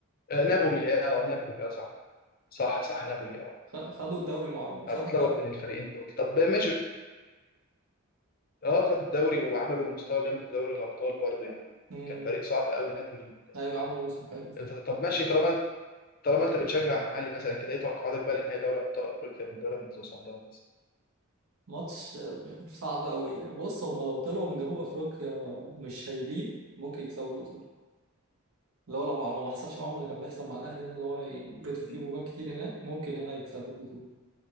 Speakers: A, on the left (about 45°); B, on the right (about 85°).
A: آه، نابولي اه
B: اه
A: آه، نابولي اه صح صح صح نابولي اه
B: خ- خدوا الدوري مع خد
A: انا بتلخبط
B: الدوري
A: بين الفريقين دول طب ماشي اه خد الدوري وعملوا مستوى جامد في دوري الابطال برضه يعني
B: اه
A: كان فريق صعب قوي نابولي
B: ايوه عملوا موسم حلو فعلا
A: الفترة- طب ماشي طالما انت طالما انت بتشجع محلي مثلا كده ايه توقعاتك بقى لنهائي دوري ابطال افريقيا من بيراميدز وصن داونز؟
B: ماتش آه، صعب قوي بص هم لو طلعوا من جنوب افريقيا مش شايلين ممكن يكسبوا البطوله لو لو لو ما حصلش معاهم اللي كان بيحصل مع الاهلي ده اللي هو يجدوا فيهم
A: مم.
B: جوان كتير هناك ممكن هنا يكسبوا البطوله